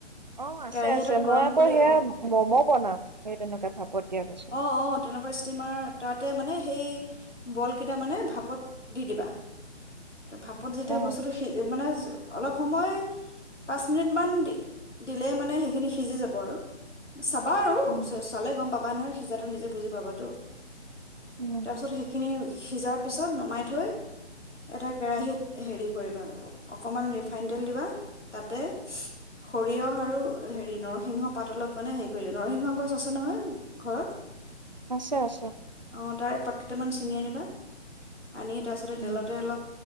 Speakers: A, on the right; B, on the left.
A: অ আছে
B: কেৰাহি
A: আছে
B: এটাত
A: মই
B: গৰম
A: আকৌ
B: কৰি
A: সেয়া
B: অ',
A: ম'ম' বনাও সেই তেনেকে ভাপত দিয়া পাছত।
B: অ', অ', তেনেকুৱা ষ্টিমাৰ তাতে মানে সেই বলকেইটা মানে ভাপত দি দিবা ভাপত যেতিয়া
A: অ
B: বস্তুটো সিজ মানে অলপ <unintelligible> পাঁচ মিনিট মান দি দিলেই মানে সেইখিনি সিজি যাব আৰু চাবা আৰু
A: উম
B: চা চালে গম পাবা নহয় সিজাটো নিজে বুজি পাবাটো
A: উম
B: তাৰপিছত সেইখিনি সিজাত পিছত নমাই থৈ এটা কেৰাহীত হেৰি কৰিবা অকমান ৰিফা ফাইন তেল দিবা তাতে সৰিয়হ আৰু হেৰি নৰসিংহ পাত অলপ মানে হেৰি কৰি নৰসিংহ গছ আছে নহয় ঘৰত
A: আছে আছে
B: অ তাৰে পাত কেইটামান ছিঙি আনিবা আনি তাৰ পাছতে তেলতে
A: উম
B: অলপ